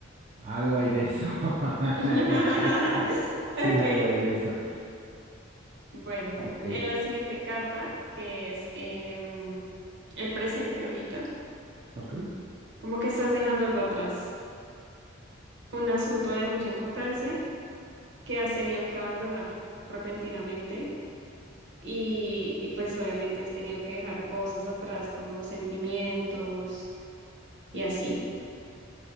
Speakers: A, on the right (about 35°); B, on the right (about 60°).
A: algo hay de eso. <laughs>
B: <laughs> Ok,
A: Sí, algo hay de eso.
B: bueno,
A: Ok,
B: en la siguiente carta, que es... Eh, el presente ahorita,
A: ok.
B: como que estás dejando algo atrás, un asunto de mucha importancia que has tenido que abandonar repentinamente y, y pues obviamente has tenido que dejar cosas atrás como sentimientos y así.